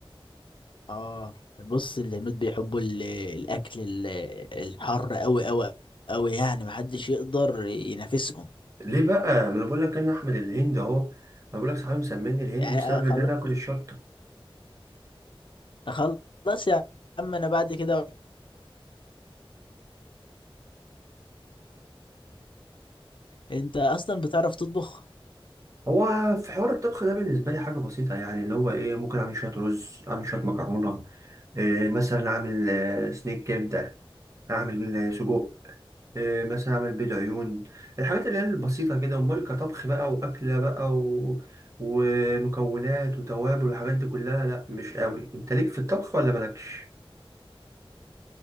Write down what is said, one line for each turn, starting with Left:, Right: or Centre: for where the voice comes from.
Left: اه بص الهنود بيحبوا ال- الاكل ال- الحر قوي قوي قوي يعني محدش يقدر ينافسهم
Right: ليه بقى ما انا بقول لك انا احمد الهندي اهو ما بقول لك صحابي مسميني الهندي
Left: يعني
Right: بسبب
Left: خلاص
Right: اللي انا اكل الشطه
Left: خلاص يا عم انا بعد كده انت اصلا بتعرف تطبخ
Right: هو في حوار الطبخ ده بالنسبة لي حاجة بسيطة يعني اللي هو إيه ممكن أعمل شوية رز أعمل شوية مكرونة إيه مثلا أعمل آه، سنيك كبدة أعمل آه، سجق إيه مثلا أعمل بيض عيون الحاجات اللي هي البسيطة كده أمال كطبخ بقى وأكلة بقى و... ومكونات وتوابل والحاجات دي كلها لأ مش قوي أنت ليك في الطبخ ولا مالكش؟